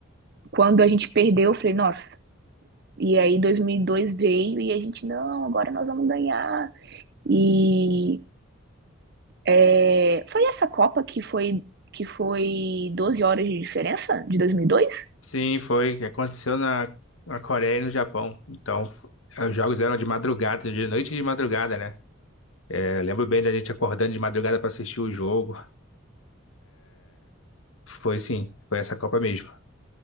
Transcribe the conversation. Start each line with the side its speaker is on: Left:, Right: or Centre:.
Right: Quando a gente perdeu, eu falei, nossa. E aí 2002 veio e a gente, não, agora nós vamos ganhar. E É, foi essa Copa que foi que foi 12 horas de diferença de 2002?
Left: Sim, foi. que Aconteceu na, na Coreia e no Japão. Então, f- os jogos eram de madrugada, de noite e de madrugada, né? É, Eu lembro bem da gente acordando de madrugada pra assistir o jogo. Foi sim, foi essa Copa mesmo.